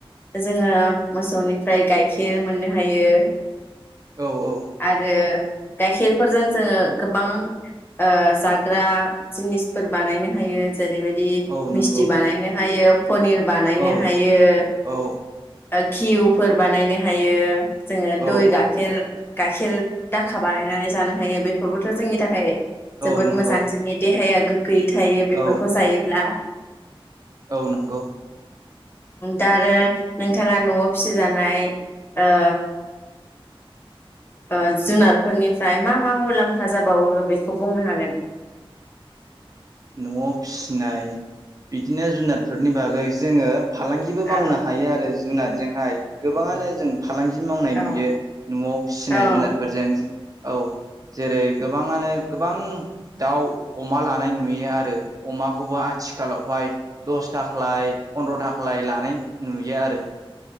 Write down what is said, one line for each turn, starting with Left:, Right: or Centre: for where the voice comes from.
Left: जोंङो मोसौनिफ्राय गायखेर मोननो हायो।
Right: औ औ
Left: आरो गायखेरफोरजों जोंङो गोबां ओ जाग्रा जिनिसफोर बानायनो हायो। जेरैबायदि
Right: औ
Left: मिस्टि
Right: नंगौ
Left: बानायनो हायो। पनिर बानायनो
Right: औ
Left: हायो।
Right: औ
Left: घिउफोर बानायनो हायो। जोंङो
Right: औ
Left: दइ गाखेर गायखेर दाखा बानायनानै जानो हायो बेफोरबोथ जोंनि थाखाय जोबोद
Right: औ नंगौ
Left: मोजां जोंनि देहाया गोयै थायो बेफोरखौ
Right: औ
Left: जायोब्ला।
Right: औ नोंगौ
Left: दा आरो नोंथाङा नआव फिसिजानाय ओ ओ जुनारफोरनिफ्राय मा मा मुलाम्फा जाबावो बेखौ बुंनो हागोन।
Right: नआव फिसिनाय बिदिनो जुनाद फोरनि बागै जोंङो फालांगिबो मावनो
Left: औ
Right: हायो आरो जुनादजोंहाय। गोबांङानो जों फालांगि मावनाय
Left: औ
Right: नुयो नआव फिसिनाय
Left: औ
Right: जुनादफोरजों औ जेरै गोबांङानो गोबां दाउ अमा लानाय नु यो आरो अमाखौबो आथिखालावहाय दस थाख्लाय फन्द्र थाख्लाय लानाय नुयो आरो।